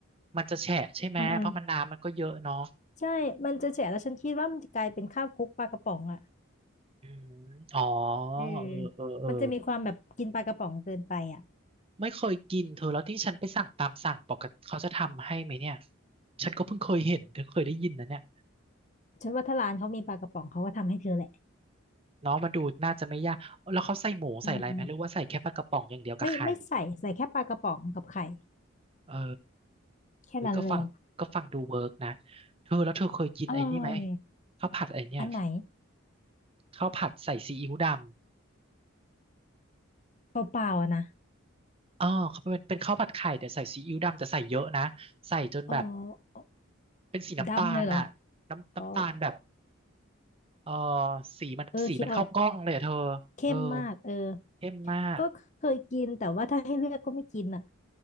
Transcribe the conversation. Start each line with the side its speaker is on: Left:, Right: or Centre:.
Right: มันจะแฉะใช่ไหมเพราะมันน้ำมันก็เยอะเนาะ
Left: อืมอืมใช่มันจะแฉะแล้วฉันคิดว่ามันจะกลายเป็นข้าวคลุกปลากระป๋องอ่ะ
Right: อืมอ๋อ
Left: เออ
Right: เออเออเออ
Left: มันจะมีความแบบกินปลากระป๋องเกินไปอ่ะ
Right: ไม่เคยกินเธอแล้วที่ฉันไปสั่งตามสั่งปกติเขาจะทำให้ไหมเนี่ยฉันก็เพิ่งเคยเห็นเธอเคยได้ยินนะเนี่ย
Left: ฉันว่าถ้าร้านเขามีปลากระป๋องเขาก็ทำให้เธอแหละ
Right: เนาะมันดูน่าจะไม่ยากแล้วเขาใส่หมูใส่อะไรไหมหรือว่าใส่แค่ปลากระป๋องอย่างเดียวกับไข่
Left: อืมไม่ไม่ใส่ใส่แค่ปลากระป๋องกับไข่
Right: เออ
Left: แค่นั้นเลย
Right: เฮ้ยก็ฟังก็ฟังดูเวิร์กนะเธอแล้วเธอเคยกินไอ้นี่ไหม
Left: อร่อย
Right: ข้าวผัดไอ้เนี่ย
Left: อันไหน
Right: ข้าวผัดใส่ซีอิ๊วดำ
Left: เปล่าๆอะนะ
Right: อ๋อเขาเป็นเป็นข้าวผัดไข่แต่ใส่ซีอิ๊วดำแต่ใส่เยอะนะใส่จนแบบ
Left: อ๋อ
Right: เป็นสีน้ำตาลน่ะน้ำน้ำตาลแบบ
Left: ดำเลยเหรออ๋อ
Right: เออสีมันสีมันเข้ากล้องเลยอะเธอ
Left: เออคิดออกเข้มมากเออ
Right: เออเข้มมาก
Left: ก็เคยกินแต่ว่าถ้าให้เลือกก็ไม่กินอ่ะ